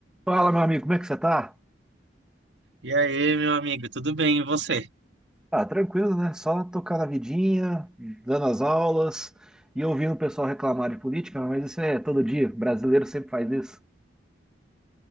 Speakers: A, in the centre; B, on the right.
A: Fala, meu amigo, como é que você tá?
B: E aí, meu amigo, tudo bem? E você?
A: Ah, tranquilo, né? Só tocar na vidinha, dando as aulas e ouvindo o pessoal reclamar de política, mas isso é todo dia. Brasileiro sempre faz isso.